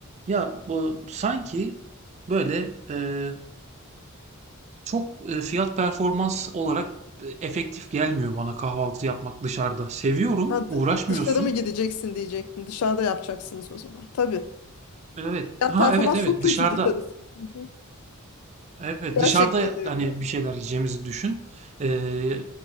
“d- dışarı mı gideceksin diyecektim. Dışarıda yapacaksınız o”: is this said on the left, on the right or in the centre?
Left